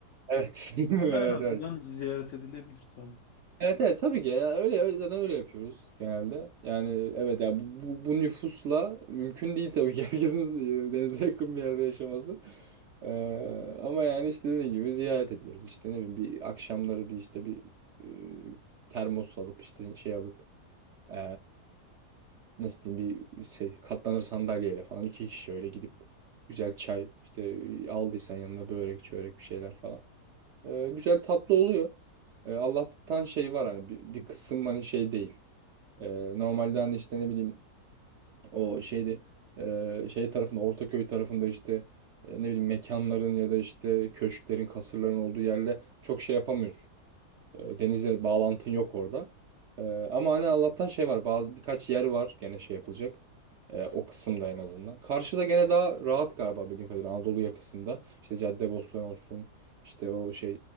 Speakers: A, on the right; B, on the left.
A: Evet. <laughs> Evet
B: Ama en azından
A: evet.
B: ziyaret edilebilir tabii.
A: Evet evet tabii ki ya öyle öyle- zaten öyle yapıyoruz genelde. Yani evet ya bu, bu, bu nüfusla mümkün değil tabii ki <laughs> herkesin e, denize yakın bir yerde yaşaması. Ee, ama yani işte dediğin gibi ziyaret ediyoruz. İşte ne bileyim bir akşamları bir işte bir e, termos alıp işte şey alıp e, nasıl diyeyim bir şey katlanır sandalyeyle falan iki kişi öyle gidip güzel çay işte e, aldıysan yanına börek çörek bir şeyler falan. E, güzel tatlı oluyor. E, Allah'tan şey var hani bir, bir kısım hani şey değil. E, normalde hani işte ne bileyim o şeydi e, şey tarafında Ortaköy tarafında işte e, ne bileyim mekanların ya da işte köşklerin kasırların olduğu yerle çok şey yapamıyorsun. E, Denizle bağlantın yok orada. E, ama hani Allah'tan şey var. Bazı birkaç yer var gene şey yapılacak. E, o kısımda en azından. Karşıda gene daha rahat galiba bildiğim kadarıyla Anadolu yakasında. İşte Caddebostan olsun. işte o şey